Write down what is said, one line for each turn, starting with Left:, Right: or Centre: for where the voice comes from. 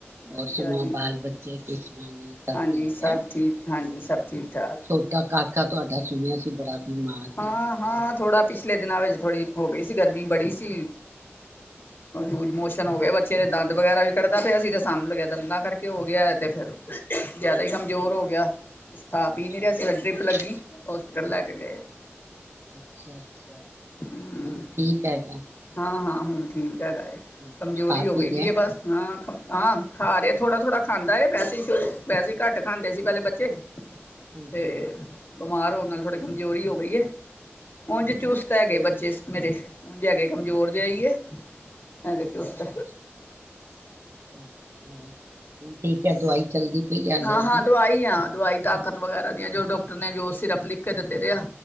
Right: ਹੋਰ
Left: ਵਧੀਆ
Right: ਸੁਣਾਓ
Left: ਜੀ
Right: ਬਾਲ ਬੱਚੇ ਕਿਸ ਤਰ੍ਹਾਂ ਨੇ ਸਭ
Left: ਹਾਂਜੀ
Right: ਠੀਕ
Left: ਸਭ
Right: ਹੈ
Left: ਠੀਕ ਹਾਂਜੀ ਸਭ ਠੀਕ ਠਾਕ
Right: ਛੋਟਾ ਕਾਕਾ ਤੁਹਾਡਾ ਸੁਣਿਆ ਬੜਾ ਬਿਮਾਰ
Left: ਹਾਂ
Right: ਸੀ ਪਿੱਛੇ।
Left: ਹਾਂ ਥੋੜਾ ਪਿਛਲੇ ਦਿ ਦਿਨਾਂ ਵਿੱਚ ਥੋੜੀ ਹੋ ਗਈ ਗਰਮੀ ਬੜੀ ਸੀ
Right: ਅੱਛਾ
Left: ਲੂਜ਼ ਮੋਸ਼ਨ ਹੋ ਗਏ ਬੱਚੇ ਦੇ ਦੰਦ ਵਗੈਰਾ ਵੀ ਕੱਢਦਾ ਪਿਆ ਸੀ ਤੇ ਸਾਨੂੰ ਲੱਗਿਆ ਦੰਦਾਂ ਕਰਕੇ ਹੋ ਗਿਆ ਤੇ ਫਿਰ ਜਿਆਦਾ ਹੀ ਕਮਜ਼ੋਰ ਹੋ ਗਿਆ ਕੁਛ ਖਾ
Right: ਅੱਛਾ
Left: ਪੀ ਨੀ ਰਿਹਾ
Right: ਅੱਛਾ
Left: ਸੀ ਡਰਿਪ
Right: ਅੱਛਾ
Left: ਲੱਗੀ ਹੋਸਪਿਟਲ ਲੈ ਕੇ ਗਏ
Right: ਅੱਛਾ ਅੱਛਾ
Left: ਹ
Right: ਹੁਣ ਠੀਕ ਹੈਗਾ
Left: ਹਾਂ ਹਾਂ ਹੁਣ ਠੀਕ ਹੈਗਾ ਏ
Right: ਕੁਛ
Left: ਕਮਜ਼ੋਰੀ
Right: ਖਾ
Left: ਹੋ
Right: ਪੀ
Left: ਗਈ
Right: ਰਿਹਾ
Left: ਦੀ ਏ ਬਸ ਹਾਂ ਹਾਂ ਖਾ ਰਹੇ ਥੋੜਾ ਥੋੜਾ ਖਾਂਦਾ ਏ ਵੈਸੇ ਵੈਸੇ ਘੱਟ ਖਾਂਦੇ ਸੀ ਪਹਿਲੇ ਬੱਚੇ
Right: ਹਾਂਜੀ
Left: ਤੇ
Right: <inaudible>
Left: ਬਿਮਾਰ ਹੋ ਨਾਲ ਥੋੜੇ ਕਮਜ਼ੋਰੀ ਹੋ ਹੋਈ ਹੈ ਉੰਂਝ ਚੁਸ ਲੈ
Right: ਅੱਛਾ
Left: ਗੇ ਬੱਚੇ ਮੇਰੇ ਉਂਝ ਹੈਗੇ ਕਮਜ਼ੋਰ ਜਿਹਾ ਈ ਏ ਹੈਗੇ ਚੁਸਤ
Right: ਅੱਛਾ <unintelligible> ਠੀਕ ਹੈ ਦਵਾਈ ਚੱਲਦੀ ਪਈ ਹਾਲੇ
Left: ਹਾਂ
Right: ਉਹਦੀ
Left: ਹਾਂ ਦਵਾਈ ਆ ਦਵਾਈ ਤਾਂ ਤਾਕਤ ਵਗੈਰਾ ਦੀਆਂ ਜੋ ਡਾ ਨੇ ਜੋ ਸਿਰਪ ਲਿਖ ਕੇ ਦਿੱਤੇ ਦੇ ਆ